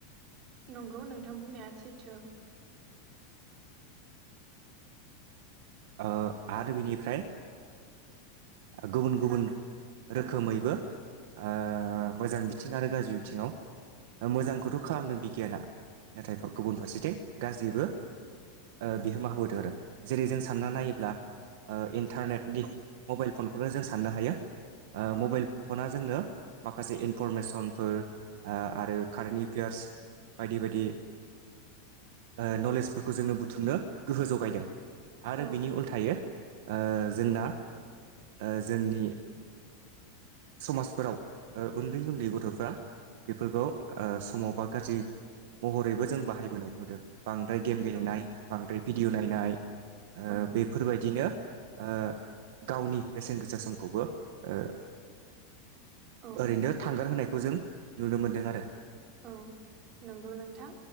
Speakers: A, on the right; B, on the right.
A: नंगौ नोंथां बुंनाया सैथो
B: ओ आद बिनिफ्राय गुबुन गुबुन
A: हा
B: रोखोमैबो
A: ओं
B: ओ मोजां बिथिं आरो गाज्रि बिथिङाव मोजांखौथ खालामदों बिगियाना नाथाय गुबुन फारसेथिं गाज्रिबो ओ बिहोमा होबोदों आरो जेरै सानना
A: औ
B: नायोब्ला ओ इन्टारनेटनि मबाइल फनखौनो जों साननो हायो ओ
A: औ
B: मबाइल फना जोंनो माखासे इनफरमेसनफोर आ आरो कारेन्ट एफेयार्स बायदि बायदि ओ नलेजफोरखौ जोंङो बुथुमनो गोहो जगायदों आरो
A: औ
B: बिनि उल्थायो ओ जोंना ओ जोंनि समाजफोराव ओ उन्दै उन्दै गथ थफ्रा बेफोरखौ ओ समाव बा गाज्रि महरैबो जों बाहायबोनायखौ होदों बांद्राय गेम गेलेनाय
A: औ
B: बांद्राय भिडिअ नायनाय ओ
A: औ
B: बेफोरबायदिनो ओ गावनि बेसेन गोसा समखौबो ओ
A: औ
B: ओरैनो थांगार होनायखौ जों नुनो मोनदों आरो
A: औ नोंगौ नोंथां